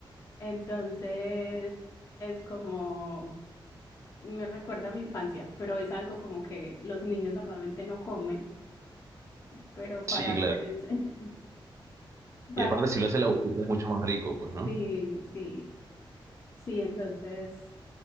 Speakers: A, on the left; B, on the right.
A: Entonces, es como, me recuerda a mi infancia, pero es algo como que los niños normalmente no comen, pero para
B: Sí, claro.
A: mí es- <laughs> para,
B: Y aparte, si lo hace la abuelita es mucho más rico, pues, ¿no?
A: sí, sí, sí, entonces,